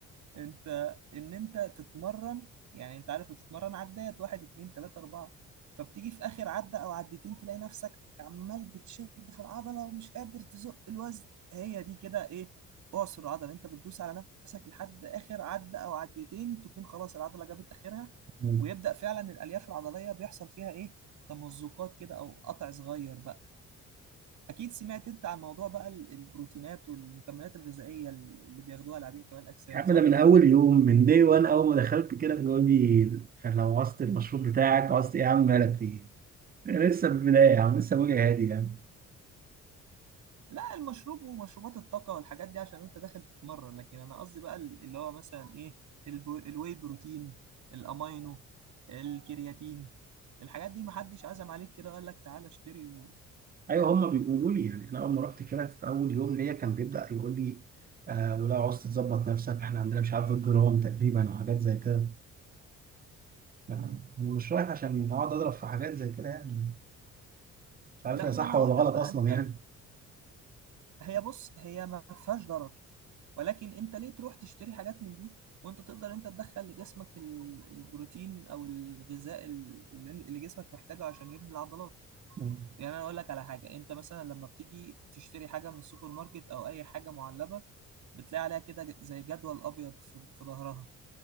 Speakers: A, on the right; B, on the right.
A: انت ان انت تتمرن يعني انت عارف بتتمرن عدات واحد اتنين تلاتة اربعة فبتيجي في اخر عدة او عدتين تلاقي نفسك عمال بتشد في العضلة ومش قادر تزق الوزن هي دي كده ايه اعصر العضلة انت بتدوس على نفسك لحد اخر عدة او عدتين تكون خلاص العضلة جابت اخرها
B: مم.
A: ويبدأ فعلا الالياف العضلية بيحصل فيها ايه تمزقات كده او قطع صغير بقى اكيد سمعت انت عن موضوع بقى البروتينات والمكملات الغذائية اللي بياخدوها لاعبين كمال الاجسام
B: يا عم
A: صح
B: ده من اول يوم من دي وان اول ما دخلت كده بيقول لي لو عوزت المشروب بتاعك عوزت ايه يا عم مالك فيه لسه في البدايه يا عم لسه بقولي هادي يعني
A: لا المشروب ومشروبات الطاقة والحاجات دي عشان انت داخل تتمرن لكن انا قصدي بقى ال- اللي هو مثلا ايه البو... الواي بروتين الامينو الكرياتين الحاجات دي محدش عزم عليك كده قال لك تعالى اشتري و...
B: ايوه هم بيقولوا لي يعني انا اول ما رحت كده في اول يوم ليا كان بيبدا يقول لي آه ولا عاوز تظبط نفسك احنا عندنا مش عارف الجرام تقريبا وحاجات زي كده يعني
A: مم.
B: انا مش رايح عشان اقعد اضرب في حاجات زي كده يعني مش عارف
A: لا
B: هي
A: ما
B: صح
A: انا
B: ولا
A: هقول
B: غلط
A: لك بقى
B: اصلا
A: انت ال...
B: يعني
A: هي بص هي ما فيهاش ضرر ولكن انت ليه تروح تشتري حاجات من دي وانت تقدر انت تدخل لجسمك ال- البروتين او الغذاء ال- اللي اللي جسمك محتاجه عشان يبني العضلات
B: مم.
A: يعني انا اقول لك على حاجه انت مثلا لما بتيجي تشتري حاجه من السوبر ماركت او اي حاجه معلبه بتلاقي عليها كده ج- زي جدول ابيض في في ظهرها